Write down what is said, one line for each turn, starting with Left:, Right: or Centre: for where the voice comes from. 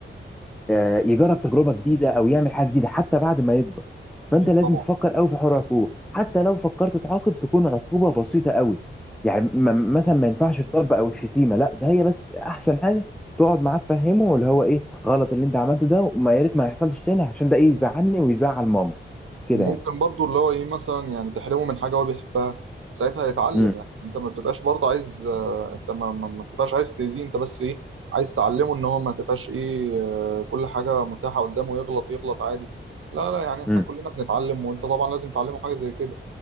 Centre: آه، يجرب تجربه جديده او يعمل حاجه جديده حتى بعد ما يكبر فانت
Right: اكيد
Centre: لازم
Right: طبعا
Centre: تفكر قوي في حوار العقوبه حتى لو فكرت تعاقب تكون عقوبه بسيطه قوي يعني م- مثلا ما ينفعش الضرب او الشتيمه لا ده هي بس احسن حاجه تقعد معاه تفهمه اللي هو ايه غلط اللي انت عملته ده وما يا ريت ما يحصلش تاني عشان ده ايه يزعلني ويزعل ماما كده
Right: وممكن
Centre: يعني
Right: برضو اللي هو ايه مثلا يعني تحرمه من حاجه هو بيحبها ساعتها يتعلم
Centre: امم
Right: يعني انت ما بتبقاش برضه عايز آه، انت ما, ما, ما بتبقاش عايز تاذيه انت بس ايه عايز تعلمه ان هو ما تبقاش ايه آه، كل حاجه متاحه قدامه يغلط يغلط عادي لا لا يعني احنا
Centre: امم
Right: كلنا بنتعلم وانت طبعا لازم تعلمه حاجه زي كده